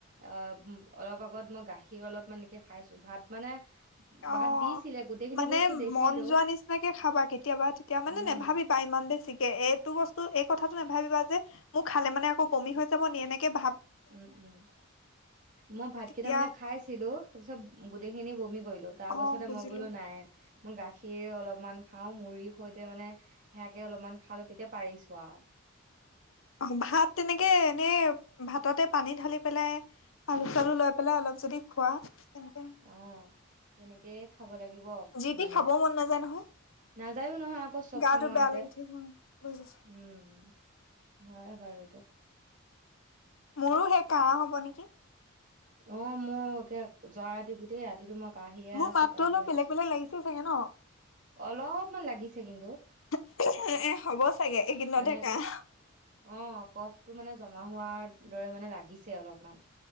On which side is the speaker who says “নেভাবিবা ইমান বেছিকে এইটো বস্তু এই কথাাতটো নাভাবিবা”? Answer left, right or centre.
Left